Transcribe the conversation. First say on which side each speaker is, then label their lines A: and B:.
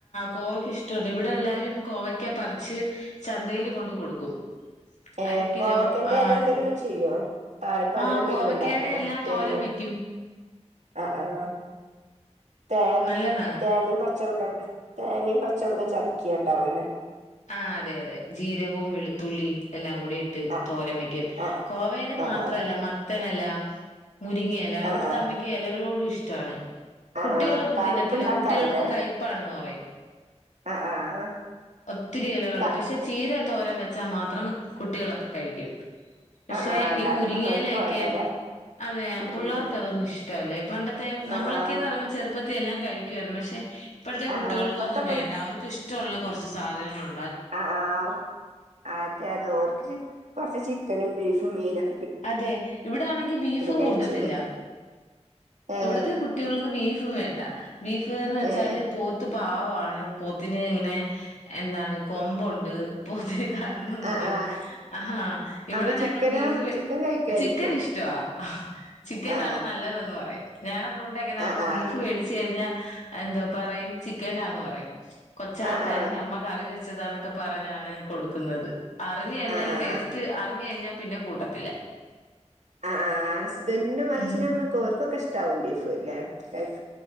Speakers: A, on the left; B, on the right.
A: കോവയ്ക്ക് ഇഷ്ടണ്ട് ഇവി- ടല്ലാവരും കോവയ്ക്ക പറിച്ച് ചന്തേല് കൊണ്ട് കൊടുക്കും
B: ഏഹ്
A: അര കിലോ
B: കോവക്കേൻ്റെ
A: ആഹ്
B: എല എന്തെങ്കിലും ചേയ്യോ താളിപ്പോ അങ്ങനെ
A: ആഹ്
B: എന്തെങ്കിലും
A: കോവയ്ക്കയുടെ
B: ഇണ്ടാക്കോ
A: എല്ലാ
B: ഉപ്പേരിയും
A: തോരൻ വെക്കും
B: അ ആഹ് തേ
A: നല്ലതാണ്
B: തേങ്ങേം പച്ചളകാട്ടേ തേങ്ങേം പച്ചളതും ചതക്കേണ്ടാവുലേ
A: ആ അതെ-അതെ ജീരകോം വെളുതുള്ളി എല്ലാം മൂടി റ്റ്
B: ആഹ്
A: തോരൻ വെക്കേം
B: ആഹ്
A: കോവല്
B: ആഹ്
A: മാത്രല്ല
B: ആഹ്
A: മത്തനെല <inaudible> മുരിങ്ങയെല ഇവിടത്തെ
B: ആഹ് ആഹ്
A: അമ്മയ്ക്ക് എലകളോട് ഇഷ് റ്റാണ്
B: ആഹ്
A: കുട്ടികളൊന്നും
B: ആഹ് താളിപ്പ്
A: തിന്നത്തില്ല
B: ഉണ്ടാക്കാറില്ലേ
A: കുട്ടികൾക്ക് കയ്പ്പാണെന്ന് പറയും
B: ആഹ് ആഹ്
A: ഒത്തിരി എലകള്
B: ത
A: പക്ഷേ ചീര തോരൻ വച്ചാ മാത്രം കുട്ടികളൊക്കെ കഴിക്കും പക്ഷേ
B: ആഹ് ആഹ് അല്ലാത്തതൊന്നും
A: ഈ മുരിങ്ങലയൊക്കെ
B: ഓര്ക്ക് വേണ്ടല്ലേ
A: അതെ
B: ഉം
A: പിള്ളേർക്കതൊന്നും
B: ഉം
A: ഇഷ് ഇഷ്ടല്ല പണ്ടത്തെ നമ്മളെക്കേന്ന്
B: ആഹ് ആഹ്
A: പറയുമ്പോ ചെറുപ്പ തെല്ലാം കഴിക്കുവാരുന്നു പക്ഷേ ഇപ്പഴത്തെ
B: ആ
A: കുട്ടികൾക്കൊന്നും
B: ആ ഇപ്പത്തെ
A: വേണ്ട അവർക്ക് ഇഷ്ടൊള്ള കൊറ സാധനങ്ങളു
B: അ ആഹ് അതെതെ ഓർക്ക് കൊറച്ച് ചിക്കനും ബീഫും മീനും
A: അതെ ഇവിടെയാണെങ്കി ബീഫും
B: കഴിച്ചോളും
A: കൂട്ടത്തില്ല
B: ഏ
A: ഇവിടത്ത കുട്ടികൾക്ക് ബീഫ് വേണ്ട ബീഫെന്നച്ചാല്
B: ഏ
A: പോത്ത് പാവാണ് പോത്തിന് ഇങ്ങനെ എന്താണ് കൊമ്പുണ്ട് പോത്തിന് കണ്ണുണ്ട്
B: ആ ആ
A: ആഹാ ഇവിടെ
B: അപ്പൊ ചിക്കനോ
A: ഞങ്ങള് ബീഫ്‌
B: ചിക്കൻ കഴിക്കായിരിക്കും
A: ചിക്കനിഷ്ടമാ ചിക്കനാണ്
B: ആ
A: നല്ലതെന്ന് പറയും വേറെ തൊണ്ടെങ്ങനെന്നോ
B: ആ ആ
A: ബീഫ്‌ വേടിച്ച്ക്കഴിഞ്ഞാൽ അതെന്തോ പറയും ചിക്കനാന്ന് പറയും കൊച്ചാട്ടരിഞ്ഞ്
B: ആ ആ ആ
A: അമ്മ കറിവെ ച്ചതാന്നൊക്കെ പറഞ്ഞാണേ കൊടുക്കുന്നത് അറിഞ്ഞ്കഴിഞ്ഞാൽ
B: ആ ആ
A: ടേസ്റ്റ് അറിഞ്ഞ് കഴിഞ്ഞാ പിന്നെ കൂട്ടത്തില്ല
B: അ ആ തെന്നു അച്ഛനമ്മേ
A: ഉം.
B: കോർ ക്കൊക്കെ ഇഷ്ട്ടാവും ബീഫ്‌ ലെ ക